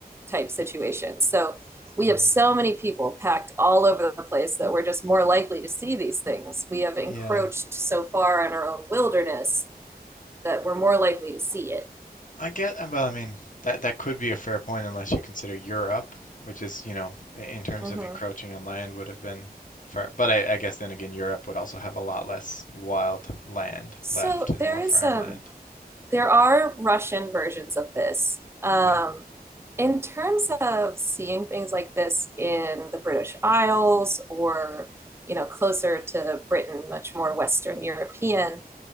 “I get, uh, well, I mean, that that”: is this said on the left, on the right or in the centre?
Left